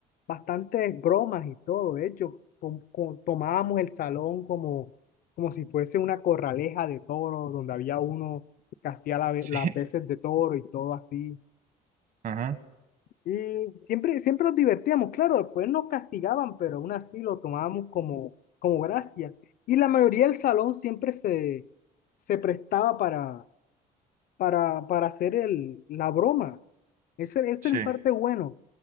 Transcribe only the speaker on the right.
Sí,
ajá,
sí,